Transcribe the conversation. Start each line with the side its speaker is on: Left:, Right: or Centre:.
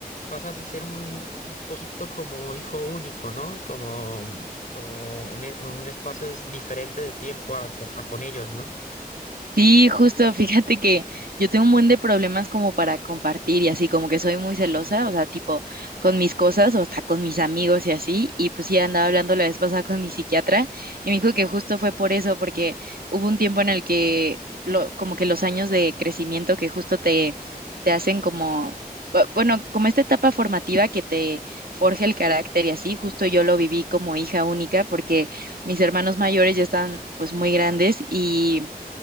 Left: pasas a ser un, un poquito como hijo único, ¿no? Como, como un, e- un espacio dis- diferente de tiempo a, co- a con ellos, ¿no?
Right: Sí, justo, fíjate que yo tengo un buen de problemas como para compartir y así, como que soy muy celosa, o sea, tipo con mis cosas o hasta con mis amigos y así, y pues sí andaba hablando la vez pasada con mi psiquiatra y me dijo que justo fue por eso, porque hubo un tiempo en el que lo, como que los años de crecimiento que justo te, te hacen como, bu- bueno, como esta etapa formativa que te forja el carácter y así, justo yo lo viví como hija única porque mis hermanos mayores ya están pues muy grandes y